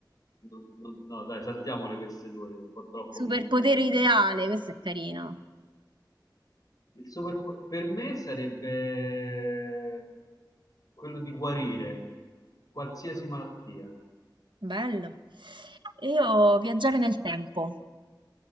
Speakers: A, on the left; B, on the right.
A: no, no, no, dai, saltiamole queste due, un po' troppo
B: Superpotere
A: miste. Andiamo.
B: ideale, questo è carino,
A: Il super po- per me sarebbe quello di guarire qualsiasi malattia.
B: bello. E io viaggiare nel tempo.